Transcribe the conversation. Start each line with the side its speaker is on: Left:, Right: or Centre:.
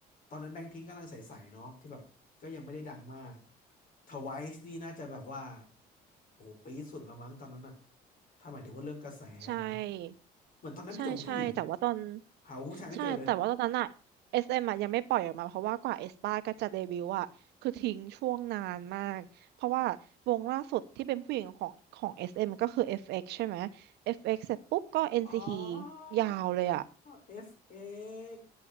Left: ตอนนั้นแบงค์พิงก์กำลังใสๆเนาะที่แบบก็ยังไม่ได้ดังมาก TWICE นี่น่าจะแบบว่าโอ้โหปีดสุดแล้วมั้งตอนนั้นอ่ะถ้าหมายถึงว่าเรื่องกระแสอะนะ
Right: ใช่
Left: เหมือนตอนนั้นมีแต่ผู้หญิง
Right: ใช่ใช่แต่ว่าตอน
Left: หาผู้ชายไม่เจอเลย
Right: ใช่แต่ว่าตอนนั้นอะ SM อสเอ็มอะยังไม่ปล่อยออกมาเพราะว่ากว่าเอสป้าก็จะเดบิวต์อะคือทิ้งช่วงนานมากเพราะว่าวงล่าสุดที่เป็นผู้หญิงของของ SM ก็คือ FX ใช่ไหม FX เอ็กซ์เสร็จปุ๊บก็ n
Left: อ๋อ
Right: c ีทียาวเลยอะ
Left: FX